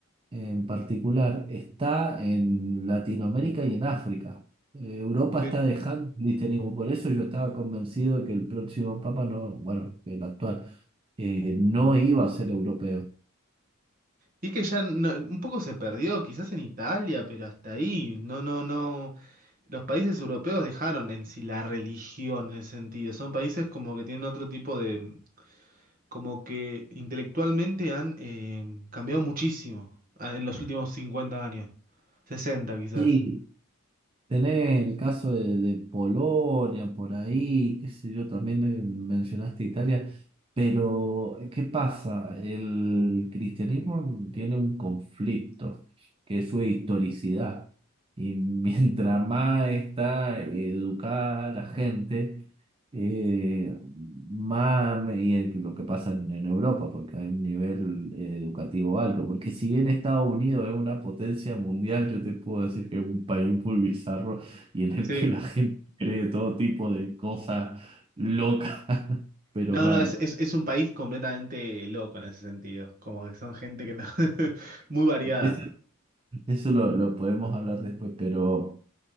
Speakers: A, on the right (about 25°); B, on the right (about 40°).
A: en particular está en Latinoamérica y en África. Eh, Europa
B: Sí.
A: está dejando el cristianismo, por eso yo estaba convencido de que el próximo papa no, bueno, el actual, eh, no iba a ser europeo.
B: Y es que ya no- un poco se perdió, quizás en Italia, pero hasta ahí, no, no, no, los países europeos dejaron en sí la religión en ese sentido, son países como que tienen otro tipo de... como que intelectualmente han eh, cambiado muchísimo ah, en los últimos 50 años, 60 quizás.
A: Sí, Tenés el caso de, de Polonia por ahí, qué sé yo, también eh, mencionaste Italia, pero ¿qué pasa? El cristianismo tiene un conflicto, que es su historicidad, y mientras más está educada la gente, eh, más y el- lo que pasa en, en Europa, porque hay un nivel eh, educativo alto. Porque si bien Estados Unidos es una potencia mundial, yo te puedo decir que es un país muy bizarro y en el
B: Sí.
A: que la gente cree todo tipo de cosas locas, <laughs> pero
B: No,
A: mal.
B: no, es, es, es un país completamente loco en ese sentido, como que son gente que no, <laughs> muy variada.
A: Eso, eso lo, lo podemos hablar después, pero